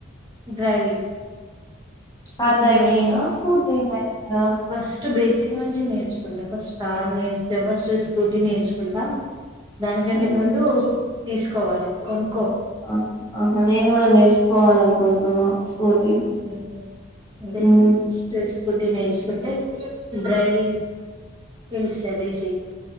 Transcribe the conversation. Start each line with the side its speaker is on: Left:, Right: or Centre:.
Right: డ్రైవింగ్
Left: కార్
Right: ఇప్పుడు
Left: డ్రైవింగా
Right: మెయిన్
Left: స్కూటీ డ్రైవింగా
Right: ఫస్ట్ బేసిక్ నుంచి నేర్చుకుంటా ఫస్ట్ కార్ నేర్చబస్ట్రీ స్కూటీ నేర్చుకుంటా దానికంటే
Left: ఉమ్
Right: ముందు తీసుకోవాలి కొన్
Left: ఆ ఆహా నేను కూడా నేర్చుకోవాలనుకుంటున్నా స్కూటీ
Right: <unintelligible>
Left: మ్
Right: స్కూటీ నేర్చుకుంటే డ్రైవింగ్ తేలుస్తాయి బేసిక్